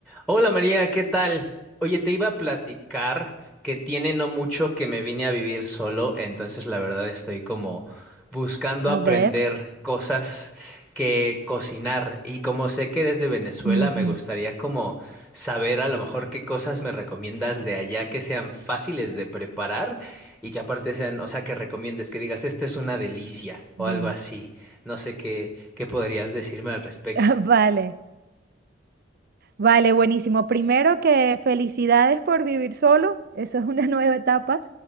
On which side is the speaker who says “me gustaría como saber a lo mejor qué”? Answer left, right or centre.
Centre